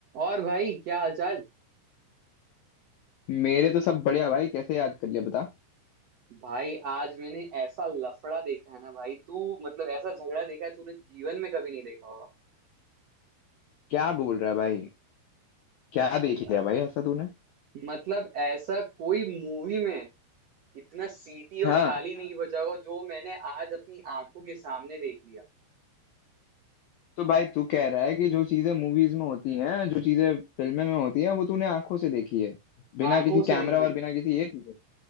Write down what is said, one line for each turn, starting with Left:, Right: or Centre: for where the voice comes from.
Right: और भाई क्या हालचाल
Left: मेरे तो सब बढ़िया भाई कैसे याद कर लिया बता
Right: भाई आज मैंने ऐसा लफड़ा देखा है ना भाई तू मतलब ऐसा झगड़ा देखा है तूने जीवन में कभी नहीं देखा होगा
Left: क्या बोल रहा है भाई क्या देख
Right: अ,
Left: लिया भाई ऐसा तूने
Right: मतलब ऐसा कोई मूवी में इतना सीटी और
Left: हाँ
Right: ताली नहीं बजा होगा जो मैंने आज अपनी आंखों के सामने देख लिया
Left: तो भाई तू कह रहा है कि जो चीजें मूवीज में होती हैं जो चीजें फिल्में में होती हैं वो तूने आंखों से देखी है बिना
Right: आंखों
Left: किसी कैमरा
Right: से देख लिया
Left: और बिना किसी ये चीजें